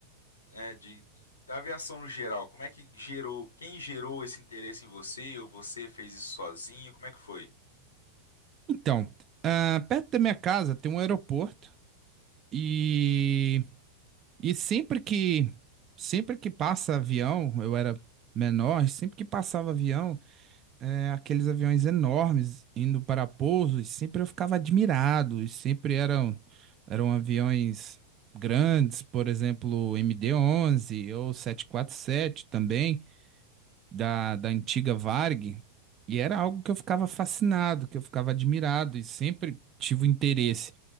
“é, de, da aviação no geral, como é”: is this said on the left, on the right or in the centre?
Left